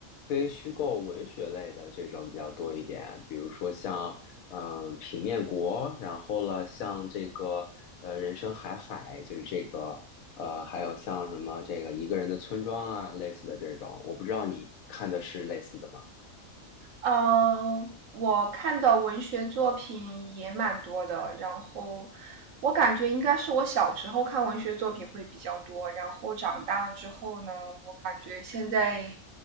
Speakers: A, on the left; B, on the right.
A: 非虚构文学类的这种比较多一点，比如说像嗯平面国，然后了像这个呃人生海海，就是这个呃还有像什么这个一个人的村庄啊类似的这种，我不知道你看的是类似的吗？
B: 嗯，我看的文学作品也蛮多的，然后我感觉应该是我小时候看文学作品会比较多，然后长大了之后呢，我感觉现在